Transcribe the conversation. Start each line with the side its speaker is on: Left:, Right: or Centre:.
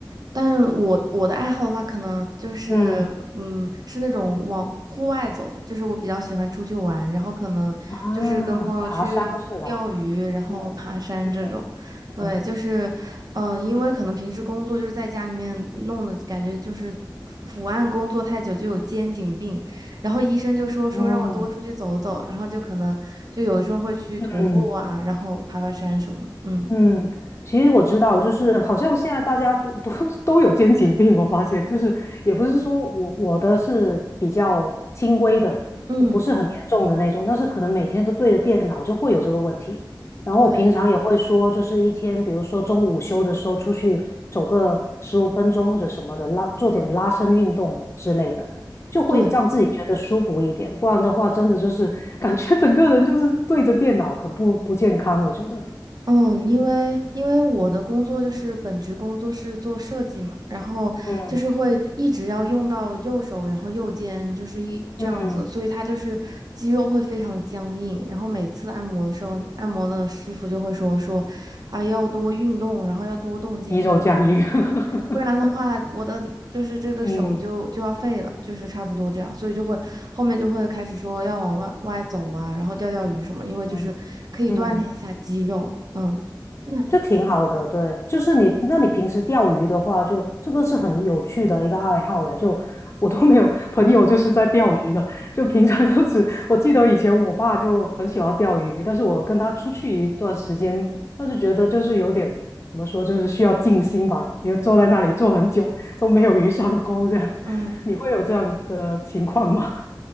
Right: 但是我我的爱好的话，可能就是，
Left: 嗯
Right: 嗯，是那种往户外走的，就是我比较喜欢出去玩，然后可能就是跟朋友去钓鱼，
Left: 啊，爬山是吧？
Right: 然后爬山这种。
Left: 嗯嗯，
Right: 对，
Left: 嗯
Right: 就是，嗯、因为可能平时工作就是在家里面弄的，感觉就是伏伏案工作太久就有肩颈病，然后医生就说说让我多出去走走，
Left: 哦，
Right: 然后就可能就有的时候会去徒步啊，
Left: 嗯，
Right: 然后爬爬山什么的嗯
Left: 嗯，其实我知道，就是好像现在大家都 <laughs> 都都有肩颈病，我发现就是也不是说我我的是比较轻微的，
Right: 嗯，
Left: 不是很严重的那种，但是可能每天都对着电脑就会有这个问题。然后我平常也会说，
Right: 对。
Left: 就是一天，比如说中午午休的时候出去走个十五分钟或者什么的，拉做点拉伸运动之类的，就会让自己觉得舒服一点。
Right: 对，
Left: 不然的话，真的就是 <laughs> 感觉整个人就是对着电脑，很不不健康，我觉得。
Right: 嗯，因为因为我的工作就是本职工作是做设计嘛，然后就是会一直要用到右手，
Left: 嗯。
Right: 然后右肩就是一这样子，
Left: 嗯，
Right: 所以它就是肌肉会非常的僵硬。然后每次按摩的时候，按摩的师傅就会说说啊要多运动，然后要多动肩颈。
Left: 鱼肉酱鱼，<laughs>
Right: 不然的话，我的就是这个手就就要废了，
Left: 嗯
Right: 就是差不多这样，所以就会后面就会开始说要往外外走啊，然后钓钓鱼什么，因为就是可以锻炼一下肌肉。
Left: 嗯嗯，
Right: 嗯，那
Left: 这挺好的，对，就是你，那你平时钓鱼的话就，这个是很有趣的一个爱好诶，就我都没有朋友就是在钓鱼的，就平常都只，我记得以前我爸就很喜欢钓鱼，但是我跟他出去一段时间，但是觉得就是有点怎么说，就是需要静心吧，因为坐在那里坐很久都没有鱼上钩这样，
Right: 嗯，
Left: <laughs> 你会有这样的情况吗？